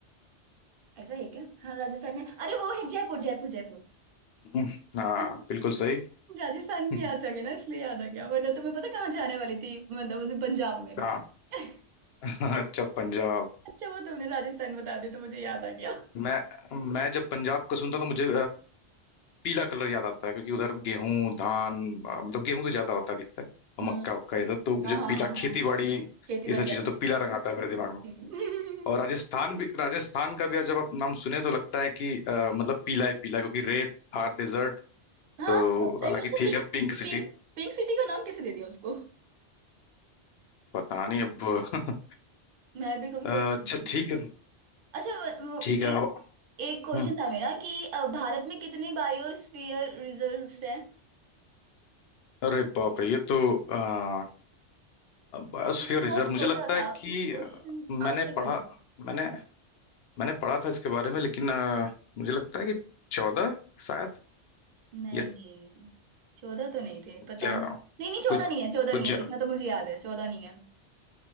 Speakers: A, on the right; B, on the left.
A: ऐसा है क्या हाँ राजस्थान में अरे वो है जयपुर जयपुर जयपुर
B: हम्म, हाँ
A: <laughs>
B: बिल्कुल सही
A: राजस्थान
B: <laughs>
A: में याद आ गया ना इसलिए याद आ गया वरना तुम्हें पता कहाँ जाने वाली थी मतलब उस दिन पंजाब में
B: हाँ
A: <laughs>
B: <laughs> अच्छा पंजाब
A: अच्छा वो तुमने राजस्थान बता दिया तो मुझे याद आ गया
B: मैं मैं जब पंजाब का सुनता तो मुझे पीला कलर ज्यादा आता है क्योंकि उधर गेहूं धान अ, मतलब गेहूं तो ज्यादा होता है अधिकतर और
A: हम्म
B: मक्का उक्का इधर तो मुझे
A: हाँ हाँ
B: पीला
A: हाँ हाँ
B: खेती
A: हाँ
B: बाड़ी
A: खेती
B: ये
A: बड़ी
B: सब
A: याद
B: चीजें
A: है।
B: तो पीला रंग आता है मेरे दिमाग में
A: <laughs> हम्म।
B: और राजस्थान भी राजस्थान का भी आज जब आप नाम सुने तो लगता है कि अ, मतलब पीला ही पीला क्योंकि रेत थार डेजर्ट
A: हाँ
B: तो
A: सही
B: हालांकि
A: में उसको
B: ठीक
A: पिंक
B: है पिंक सिटी
A: पिंक पिंक सिटी का नाम कैसे दे दिया उसको
B: पता नहीं अब <laughs>
A: मैं भी कभी
B: अ,
A: कभी सोचती
B: अच्छा ठीक
A: हूँ
B: है
A: अच्छा वो-
B: ठीक
A: वो
B: है
A: एक
B: अब
A: एक
B: हम्म
A: क्वेश्चन था मेरा कि अ, भारत में कितनी बायोस्फीयर रिजर्व्स हैं
B: अरे बाप रे ये तो आ, बायोस्फीयर
A: मैंने बहुत
B: रिजर्व मुझे
A: सोचा
B: लगता है
A: था
B: कि
A: क्वेश्चन
B: अ, मैंने
A: आंसर
B: पढ़ा
A: भी नहीं
B: मैंने मैंने पढ़ा था इसके बारे में लेकिन अ, मुझे लगता है कि चौदह शायद
A: नहीं
B: या
A: नहीं चौदह तो नहीं थे पता
B: क्या
A: नहीं नहीं नहीं चौदह
B: कुछ
A: नहीं है चौदह
B: कुछ
A: नहीं
B: ज-
A: है इतना तो मुझे याद है चौदह नहीं है